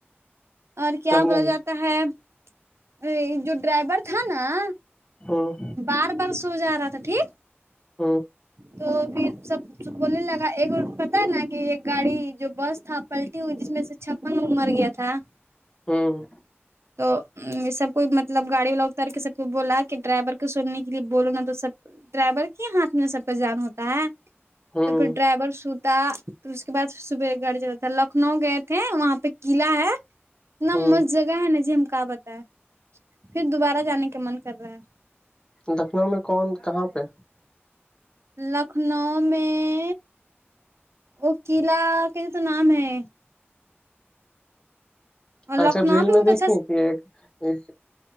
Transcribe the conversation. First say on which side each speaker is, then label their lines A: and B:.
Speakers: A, on the right; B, on the left.
A: اور کیا
B: کرنے
A: بولا
B: میں
A: جاتا ہے اے جو ڈرائیور تھا ناں
B: ہوں
A: بار بار سو جارہا تھا ٹھیک
B: ہوں
A: تو پھر سب بولنے لگا ایک اور پتہ ہے ناں کہ ایک گاڑی جو بس تھا پلٹی ہوئی جس میں سے چھپن لوگ مرگیا تھا
B: ہوں
A: تو سب کو مطلب گاڑی والا اتر کے سب کو بولا کہ ڈرائیور کو سننے کے لیے بولو ناں تو سب ڈرائیور کے ہاتھ میں سب کا جان ہوتا ہے
B: ہوں
A: تو پھر ڈرائیور سوٹ ت پھر اس کے بعد صبح گڑ جانا تھا لکھنؤ گئے تھے وہاں پہ قلعہ ہے اتنا
B: ہوں
A: مست جگہ ہے ناں جی ہم کہاں بتائے پھر دوبارہ جانے کا من کر رہا ہے
B: لکھنؤ میں کون کہاں پہ
A: لکھنؤ میں وہ قلعہ کیسے تو نام ہے اور لکھنؤ
B: اچھا ریل
A: بھی
B: میں
A: بہت اچھا
B: دیکھیں کہ ایک ایک